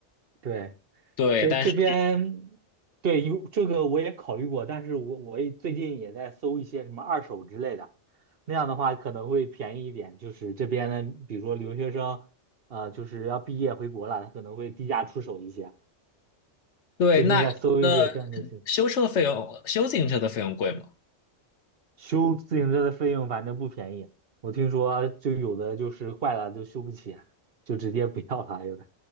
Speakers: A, on the right; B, on the left.
A: 对。
B: 对，
A: 这这边对有这个我也考虑过，
B: 但是
A: 但是我我也最近也在搜一些什么二手之类的，那样的话可能会便宜一点。就是这边呢，比如说留学生，呃，就是要毕业回国了，他可能会低价出手一些。
B: 对那那。
A: 最近在搜一些这样的信
B: 修车费用、修自行车的费用贵吗？
A: 息修自行车的费用，反正不便宜。我听说就有的就是坏了就修不起，就直接不要了，有的。